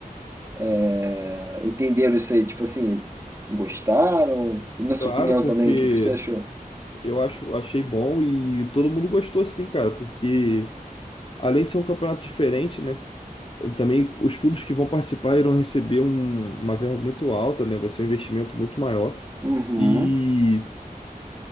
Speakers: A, on the right; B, on the left.
A: É, entenderam isso aí, tipo assim, gostaram? E na sua
B: claro,
A: opinião
B: porque
A: também, o que que você achou?
B: eu acho, achei bom e todo mundo gostou sim, cara, porque além de ser um campeonato diferente, né? Também os clubes que vão participar irão receber um- uma verba muito alta, né? Vai ser um investimento muito maior.
A: Uhum.
B: e